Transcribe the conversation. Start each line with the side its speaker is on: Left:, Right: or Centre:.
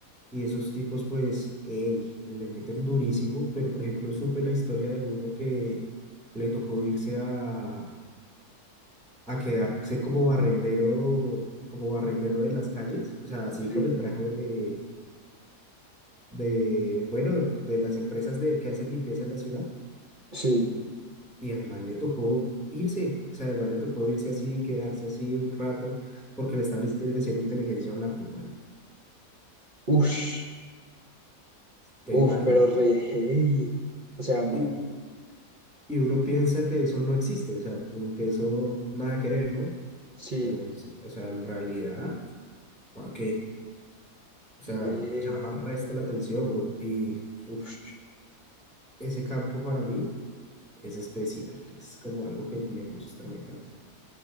Centre: Y esos tipos, pues, ey, le meten durísimo. Pero, por ejemplo, supe la historia de uno que le tocó irse a, a quedarse como barrendero, como barrendero de las calles, o sea, así
Right: sí,
Centre: con el traje de, bueno, de las empresas de, que hacen limpieza en la ciudad.
Right: sí.
Centre: Y al man le tocó irse, o sea, al man le tocó irse así, quedarse así un rato, porque le estaba diste- haciendo inteligencia a un narco, marica.
Right: Uf,
Centre: Te imaginas.
Right: uf, pero re heavy. O sea, no.
Centre: Y, y uno piensa que eso no existe, o sea, como que eso nada que ver, ¿no?
Right: Sí,
Centre: Pero pues, o sea, en realidad, ¿para qué? O sea,
Right: ve.
Centre: llama resto la atención, bro. Y, uff,
Right: Ush,
Centre: ese campo para mí es especial, es como algo que me gusta, me encanta.